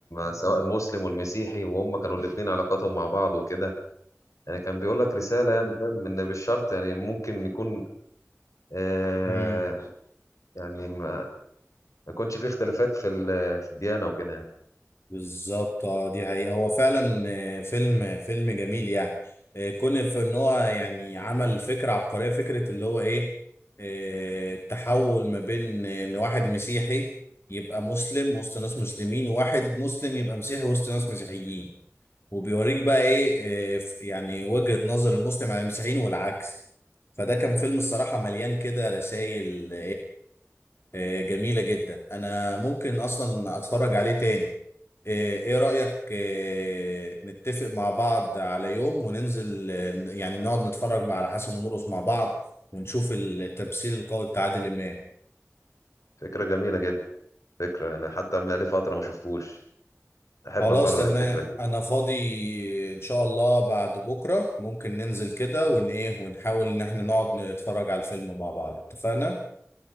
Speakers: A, on the left; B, on the left.
A: سواء المسلم والمسيحي وهم كانوا الاثنين علاقاتهم مع بعض وكده يعني كان بيقول لك رسالة يعني مم. فاهم إن بالشرط يعني ممكن يكون آه
B: امم
A: يعني ما ما يكونش فيه اختلافات في ال- في الديانة وكده يعني
B: بالظبط اه دي حقيقة هو فعلا آه، فيلم فيلم جميل يعني آه، كون في ان هو يعني عمل فكرة عبقرية فكرة اللي هو ايه آه، التحول ما بين آه، ان واحد مسيحي يبقى مسلم وسط ناس مسلمين وواحد مسلم يبقى مسيحي وسط ناس مسيحيين وبيوريك بقى ايه آه، ف- يعني وجهة نظر المسلم عن المسيحيين والعكس فده كان فيلم الصراحة مليان كده رسائل آه، جميلة جدا أنا ممكن أصلا أتفرج عليه تاني آه، إيه رأيك آه، نتفق مع بعض على يوم وننزل آه، يعني نقعد نتفرج مع- على حسن ومرقص مع بعض ونشوف التمثيل القوي بتاع عادل إمام
A: فكرة جميلة جدا فكرة أنا حتى بقالي فترة ما شفتوش أحب
B: خلاص
A: أكرر
B: تمام
A: الفكرة دي
B: أنا فاضي إن شاء الله بعد بكرة ممكن ننزل كده ون إيه ونحاول إن إحنا نقعد نتفرج على الفيلم مع بعض اتفقنا؟